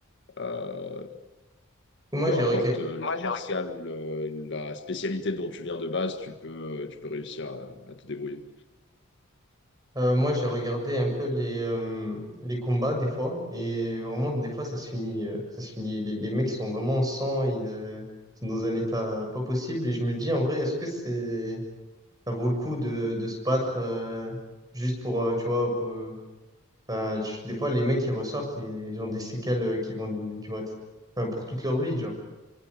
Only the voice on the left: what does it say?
euh,
peu
importe
l'art Moi, j'ai martial ou le- la spécialité dont tu viens de base, tu peux, euh, tu peux réussir à, à te débrouiller.